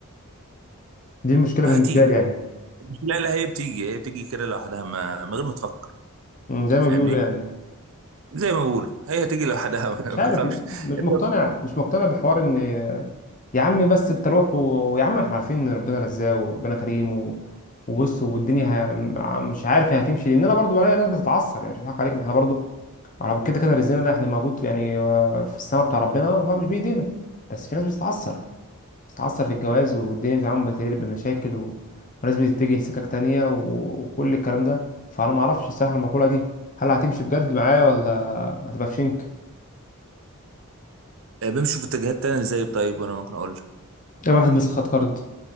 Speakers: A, on the left (about 35°); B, on the right (about 60°).
A: دي المشكله
B: هتيجي
A: بالنسبه لي يعني
B: لا لا هي بتيجي هي بتيجي كده لوحدها ما- من غير ما تفكر
A: أمم، زي ما
B: فاهمني
A: بيقولوا يعني
B: زي ما بقولوا هي هتيجي لوحدها <laughs>
A: مش عارف
B: ما تخافش
A: م- مش
B: انت
A: مقتنع مش مقتنع بحوار ان يا عم بس انت روح و... ويا عم احنا عارفين ان ربنا رزاق وربنا كريم و... وبص والدنيا ه... م- مش عارف هي هتمشي لان انا برضو بلاقي ناس بتتعصب يعني مش هضحك عليك ما احنا برضو على- كده كده رزقنا ده احنا موجود يعني آه، في السماء بتاع ربنا فمش بايدينا بس في ناس بتتعصب بتتعصب في الجواز والدنيا بتاعهم بتقلب بمشاكل و... وناس بتتجه لسكاك تانية و... وكل الكلام ده فانا ما اعرفش الصراحه المقوله دي هل هتمشي بجد معايا ولا هتبقى في شنك
B: بيمشوا في اتجاهات تانية ازاي طيب وانا ممكن اقول لك
A: ده واحد مسخ خد كارد